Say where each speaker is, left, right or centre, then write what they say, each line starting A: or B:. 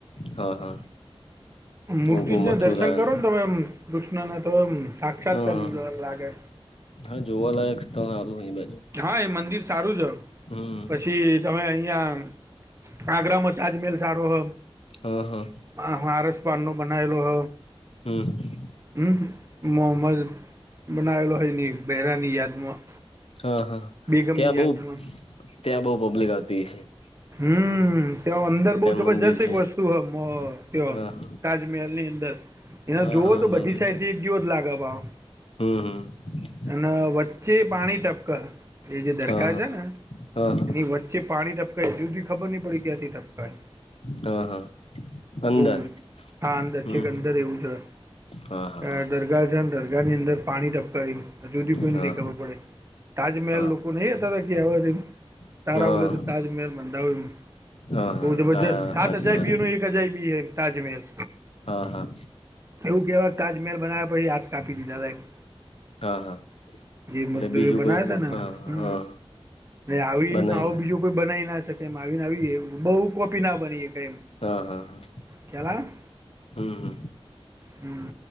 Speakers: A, on the left; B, on the right.
A: હા હા.
B: મૂર્તિજ
A: ઓગુ
B: ના
A: મથુરાન
B: દર્શન કરો ને તમે એમ કૃષ્ણનના તો એમ સાક્ષાત્કાર
A: હા
B: જેવું જ લાગે
A: હા, જોવાલાયક સ્થળ હારુ અહીં બાજુ.
B: હા એ મંદિર સારું જ હ.
A: હમ
B: પછી તમે અહીંયા, આગ્રમાં તાજમહેલ સારો હ એમ!
A: હ હ.
B: હા આરસપહાણનું બનાવેલુ હ.
A: હમ.
B: ઉહ! મોહમજ બનાવેલો હે એની બેહરાની યાદમાં
A: હા હા.
B: બેગમની
A: ત્યાં બહુ,
B: યાદમાં
A: ત્યાં બહુ પબ્લિક આવતી હોય છે.
B: હમ... ત્યા અંદર બહુ જબરજસ્ત
A: મંદિર છે
B: એક વસ્તુ હ. મ ત્ય
A: હા
B: તાજમહેલ ની અંદર
A: હા
B: એને જોવોન
A: હા
B: તો
A: મેજી
B: બધી સાઈડ થી એક જેવ જ લાગે ભાવ
A: હમ હમ
B: અને વચ્ચે પાણી ટપક હ એ જે દરખાર
A: હા હા
B: છે ને
A: હા
B: એની વચ ચે પાણી ટપકે હે હજી હુધી ખબર નહી પડી ક્યાંથી ટપક હ.
A: હા હા અંદર
B: બહુ હા અંદર
A: હમ
B: છે કે અંદર એવું જ હ
A: હા હા
B: આ દરગાહ છે દરગાહની અંદર પાણી ટપક હ ઈમા. હજુ હુદીન કોઈને
A: હા
B: નહી ખબર પડે તાજમહેલ
A: હા
B: લોકો નહી હતાતા કે હવાજે
A: હા
B: તારા ઓલે તો તાજમહેલ બંધાવ
A: હા હા
B: બઉ જબરજત
A: હા
B: સાત
A: સાચી
B: હજાર
A: વાત
B: બી નો એક અજાયબી હે તાજમેહેલ.
A: હા હા.
B: એવુ કેવાય તાજમેહેલ બનાયા પછી હાથ કાપી દીધા એમ
A: હા હા.
B: જે
A: એટલે
B: મજદૂએ
A: બીજું
B: બનાયાતા
A: કોઈ બ- હા હા
B: ન એ આવી
A: બનાવીને
B: ન આવો બીજો કોઈ બનાવી ના શકે એમ આવીને આવી બહુ કોપી ના બની હકે એમ.
A: હા હા હા
B: ખ્યાલ આવે
A: હમ.
B: હમ.